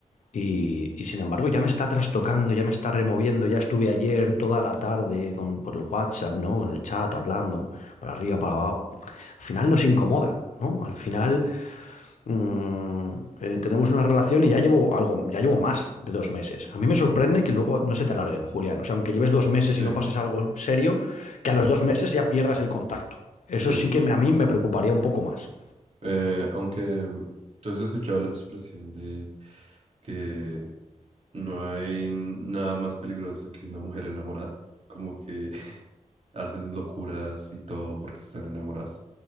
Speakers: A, on the left (about 65°); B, on the right (about 50°).
A: y, y sin embargo ya me está trastocando, ya me está removiendo, ya estuve ayer toda la tarde con, por el WhatsApp, ¿no? Con el chat, hablando, para arriba, para abajo. Al final nos incomoda, ¿no? Al final mm, eh, tenemos una relación y ya llevo algo, ya llevo más de dos meses. A mí me sorprende que luego no se te alarguen, Julián. O sea, aunque lleves dos meses
B: sí,
A: y no pases algo serio, que a los dos meses ya pierdas el contacto. Eso
B: sí.
A: sí que me- a mí me preocuparía un poco más.
B: Eh, aunque mm, tú has escuchado la expresión de que no hay nada más peligroso que una mujer enamorada, como que <laughs> hacen locuras y todo porque están enamoradas.